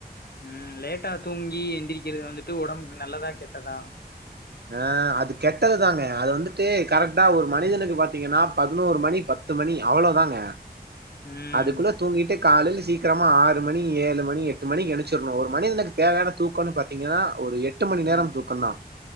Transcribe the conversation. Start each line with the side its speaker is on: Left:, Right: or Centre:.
Left: ம் லேட்டா தூங்கி எந்திரிக்கிறது வந்துட்டு உடம்புக்கு நல்லதா கெட்டதா
Right: அ அது கெட்டதுதாங்க அது வந்துட்டு கரெக்ட்டா ஒரு மனிதனுக்கு பாத்தீங்கன்னா பதினோரு மணி பத்து மணி அவ்வளவுதாங்க
Left: ம்
Right: அதுக்குள்ள தூங்கிட்டே காலையில சீக்கிரமா ஆறு மணி ஏழு மணி எட்டு மணிக்கு எந்திச்சுரனும் ஒரு மனிதனுக்கு தேவையான தூக்கம்ன்னு பாத்தீங்கன்னா ஒரு எட் டு மணி நேரம்
Left: ம்
Right: தூக்கம் தான்